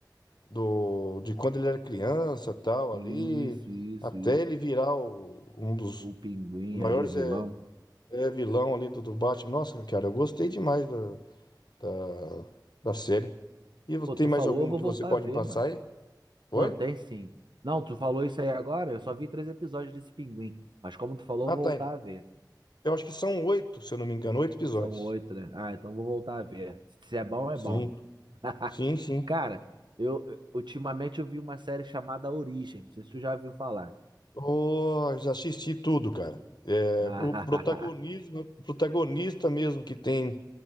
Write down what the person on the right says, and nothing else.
Isso,
isso,
isso.
O pinguim
aí, o vilão.
Pô,
tu
falou,
eu vou
voltar
a ver,
mano.
Mano, tem sim. Não, tu falou isso aí agora, eu só vi três episódios desse pinguim. Mas como tu falou,
eu vou
voltar a ver.
São oito, né? Ah, então vou voltar a ver. Se é bom, é
bom. <laughs>
Cara, eu eu- ultimamente eu vi uma série chamada Origem. Não sei se tu já viu falar.
<laughs> Ah,